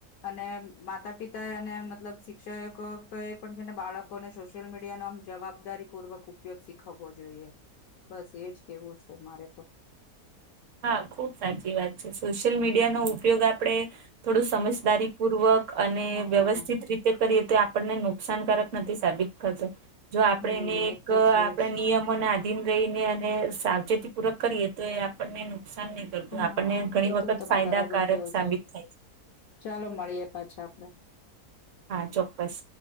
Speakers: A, on the left; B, on the right.
A: અને માતા પિતા અને મતલબ શિક્ષકો ક એ પણ છે ને બાળકોને સોશિયલ મીડિયા ન આમ જવાબદારી પૂર્વક ઉપયોગ શીખવવો જોઈએ બસ એજ કેવું છે મારે તો
B: હા ખુબ સાચી વાત છે સોશિયલ મીડિયા નો ઉપયોગ આપડે થોડું સમજદારી પૂર્વક અને
A: હા
B: વ્યવસ્થિત રીતે કરીએ તો આપણને નુકસાનકારક નથી સાબિત કરતો જો આપણે
A: હમ
B: એને
A: એ
B: એક
A: તો છે
B: આપણે
A: જ
B: નિયમ મને આધીન રઈ ને અને સાવચેતી પૂરક કરીએ તો એ આપણને નુકસાન નહી
A: હા
B: આપણને ઘણી
A: એ
B: વખત
A: તો તમે
B: ફાયદાકારક
A: બરાબર કહો
B: સાબિત
A: છો
B: થાય છે
A: ચાલો મળીએે પાછા આપડે
B: હા ચોક્કસ